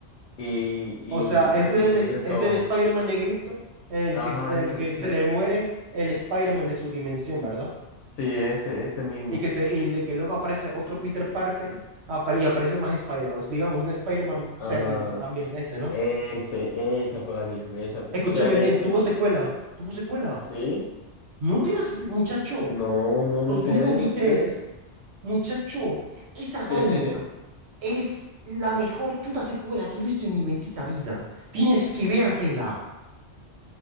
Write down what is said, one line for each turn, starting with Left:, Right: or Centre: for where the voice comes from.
Left: y, y
Right: O sea, es
Left: como
Right: del,
Left: que vienen
Right: es es
Left: todos.
Right: del Spider-Man negrito en
Left: Ajá,
Right: el que, s- en
Left: ese,
Right: el que
Left: sí.
Right: se le muere el Spider-Man de su dimensión, ¿verdad?
Left: Sí, ese, ese mismo.
Right: Y que, se, y le- que luego aparece otro Peter Parker apare- y aparece más Spider-Man. Digamos, un Spider-Man
Left: Ajá.
Right: cerdito también, ese, ¿no?
Left: Ese, esa fue la que yo vi, esa fue.
Right: Escúchame
Left: Tú sabes que
Right: bien,
Left: hay una.
Right: tuvo secuela, tuvo secuela.
Left: Sí.
Right: No te las... vi- Muchacho,
Left: No, no me
Right: 2023,
Left: enteré, no me enteré.
Right: muchacho, esa
Left: <laughs>
Right: vaina. Es la mejor chuta secuela que he visto en mi bendita vida. Tienes que vértela,